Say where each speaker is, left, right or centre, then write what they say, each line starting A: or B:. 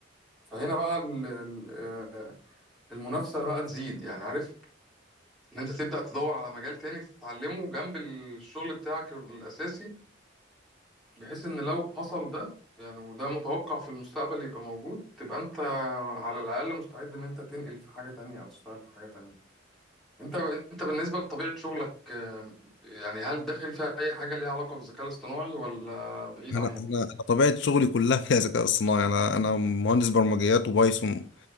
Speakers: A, in the centre; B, on the left.
A: فهنا بقى ال... ال- آه، المنافسة بقى تزيد يعني عارف ان انت تبدأ تدور على مجال تاني تتعلمه جنب الشغل بتاعك الاساسي بحيث ان لو حصل ده يعني وده متوقع في المستقبل يبقى موجود تبقى انت على الاقل مستعد ان انت تنقل في حاجه تانية او تشتغل في حاجه تانية انت انت بالنسبه لطبيعه شغلك آم، يعني هل داخل فيها اي حاجه ليها علاقه بالذكاء الاصطناعي ولا بعيد
B: انا
A: عنه
B: انا انا طبيعه شغلي كلها فيها ذكاء اصطناعي انا انا مهندس برمجيات وبايثون